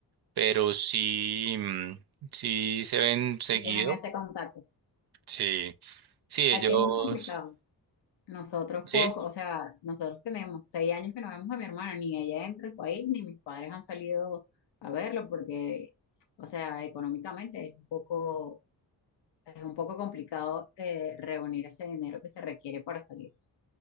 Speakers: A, on the right (about 65°); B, on the left (about 80°).
A: pero sí, mm, sí se ven seguido.
B: sí tienen ese contacto.
A: Sí, sí, ellos,
B: Aquí es más complicado. Nosotros
A: sí,
B: poco, o sea, nosotros tenemos seis años que no vemos a mi hermana, ni ella entra al país, ni mis padres han salido a verlo porque, o sea, económicamente es un poco es un poco complicado eh, reunir ese dinero que se requiere para salirse.